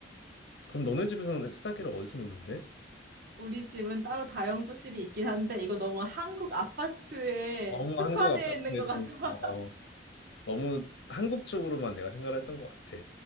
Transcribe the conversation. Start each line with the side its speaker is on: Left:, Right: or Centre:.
Left: 그럼 너네 집에서는 세탁기를 어디서 놓는데?
Right: 우리 집은 따로 다용도실이 있긴 한데 이거 너무 한국 아파트에
Left: 너무
Right: 특화되어
Left: 한국 아파트네
Right: 있는 것
Left: 좀,
Right: 같아. <laughs>
Left: 어, 너무 한국 쪽으로만 내가 생각을 했던 것 같아.